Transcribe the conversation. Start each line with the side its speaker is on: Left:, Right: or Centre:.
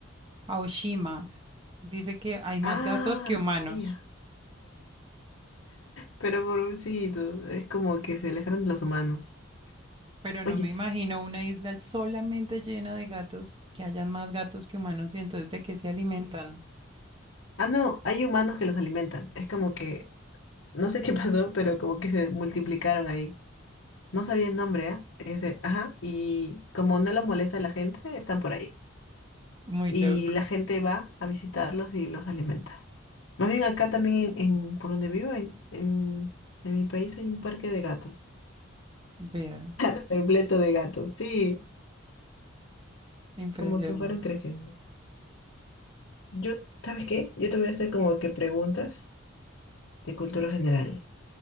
Right: Aoshima. Dice que hay más
Left: Ah,
Right: gatos que
Left: no
Right: humanos,
Left: sabía. Pero pobrecitos, es como que se alejaron de los humanos.
Right: pero no
Left: Oye,
Right: me imagino una isla solamente llena de gatos, que hayan más gatos que humanos y entonces de qué se alimentan.
Left: ah, no, hay humanos que los alimentan. Es como que, no sé <laughs> qué pasó, pero como que se multiplicaron ahí. No sabía el nombre, ¿ah? Ese, ajá, y como no los molesta a la gente, están por ahí.
Right: Muy
Left: Y
Right: loco.
Left: la gente va a visitarlos y los alimenta. Más bien acá también, en, en- por donde vivo, en, en, en mi país hay un parque de gatos,
Right: Vean,
Left: <laughs> repleto de gatos, sí,
Right: impresionante.
Left: como que fueron creciendo. Yo, ¿sabes qué? Yo te voy a hacer como que preguntas de cultura general.